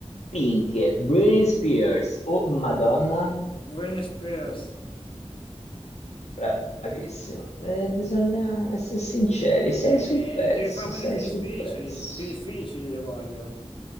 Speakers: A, on the left (about 75°); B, on the left (about 50°).
A: Pink, Britney Spears o Madonna?
B: Buenos Aires.
A: Bravissimo. Eh, bisogna essere sinceri, sei
B: Eh,
A: sul pezzo,
B: devi farmele
A: sei
B: più difficili,
A: sul pezzo.
B: più difficili le voglio.